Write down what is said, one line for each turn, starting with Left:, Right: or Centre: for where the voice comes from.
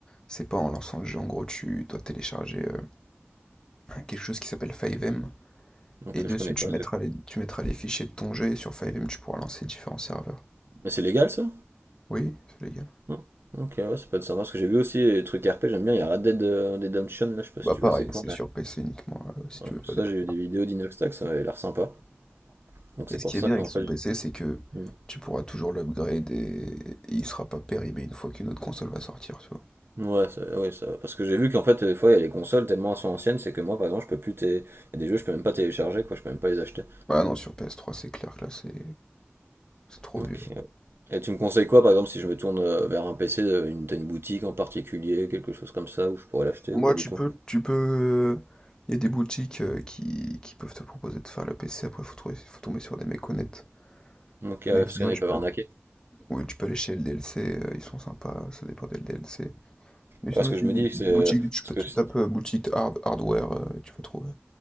Left: c'est pas en lançant le jeu. En gros, tu dois télécharger euh, quelque chose qui s'appelle 5M.
Right: Donc,
Left: Et dessus,
Right: je connais
Left: tu
Right: pas.
Left: mettras
Right: c'est-
Left: les, tu mettras les fichiers de ton jeu et sur 5M, tu pourras lancer différents serveurs.
Right: Mais c'est légal, ça?
Left: Oui, c'est légal.
Right: Hmm. Ok, ouais, ça peut être sympa parce que j'ai vu aussi les trucs RP, j'aime bien. Il y a Red Dead euh, Redemption, là, je sais pas si
Left: Bah
Right: tu
Left: pareil,
Right: vois, c'est quoi.
Left: c'est
Right: mais-
Left: sur PC uniquement euh, si
Right: ouais.
Left: tu veux faire
Right: Ça,
Left: des trucs.
Right: j'ai vu des vidéos d'Inoxtag, ça m'avait l'air sympa. Donc
Left: Et
Right: c'est
Left: ce
Right: pour
Left: qui
Right: ça
Left: est bien
Right: qu'en
Left: avec son
Right: fait.
Left: PC,
Right: j'ai-
Left: c'est que
Right: Hmm.
Left: tu pourras toujours l'upgrade et... et il sera pas périmé une fois qu'une autre console va sortir, tu vois.
Right: Ouais, ça, ouais, ça- parce que j'ai vu qu'en fait, des fois, il y a les consoles tellement elles sont anciennes, c'est que moi, par exemple, je peux plus. té- Il y a des jeux, je peux même pas télécharger, quoi, je peux même pas les acheter.
Left: Ah non, sur PS3, c'est clair que là, c'est c'est trop
Right: Ok.
Left: vieux.
Right: Et tu me conseilles quoi, par exemple, si je me tourne euh, vers un PC, euh, une, t'as une boutique en particulier, quelque chose comme ça, où je pourrais l'acheter
Left: ouais.
Right: ou
Left: Moi,
Right: pas du
Left: tu
Right: tout?
Left: peux, tu peux. Il y a des boutiques euh, qui, qui peuvent te proposer de faire le PC. Après, faut trouver, faut tomber sur des mecs honnêtes.
Right: Ok, ouais,
Left: Mais
Right: parce
Left: sinon,
Right: qu'on n'est
Left: tu
Right: pas
Left: peux,
Right: arnaqué.
Left: oui, tu peux aller chez LDLC. euh, Ils sont sympas. Ça dépend des LDLC. Mais
Right: Parce
Left: sinon,
Right: que
Left: il
Right: je
Left: y
Right: me
Left: a
Right: dis
Left: des,
Right: que c'est.
Left: des
Right: euh,
Left: boutiques. Tu,
Right: Parce
Left: peux-
Right: que.
Left: tu tapes euh, boutique hard, hardware euh, et tu vas trouver.